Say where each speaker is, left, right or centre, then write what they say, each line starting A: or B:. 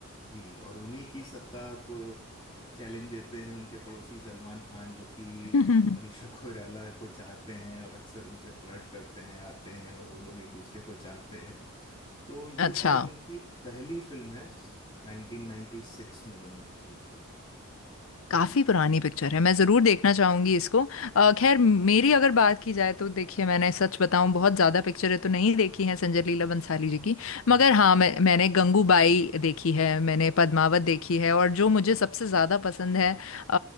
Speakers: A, on the left; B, on the left.
A: जी और उन्हीं की सत्ता को चैलेंज देते हैं उनके पड़ोसी सलमान खान जो कि
B: <laughs>
A: मन- मनीषा कोइराला को चाहते हैं और अक्सर उनसे फ्लर्ट करते हैं आते हैं और वो लोग एक दूसरे को चाहते हैं तो ये
B: अच्छा
A: शायद उनकी पहली फिल्म है 1996 में बनी थी ये फिल्म
B: काफी पुरानी पिक्चर है मैं जरूर देखना चाहूंगी इसको अ, खैर मेरी अगर बात की जाए तो देखिए मैंने सच बताऊं बहुत ज्यादा पिक्चरें तो नहीं देखी हैं संजय लीला बंसाली जी की
A: हम्म।
B: मगर हाँ मैं मैंने गंगूबाई देखी है मैंने पद्मावत देखी है और जो मुझे सबसे ज्यादा पसंद है अ,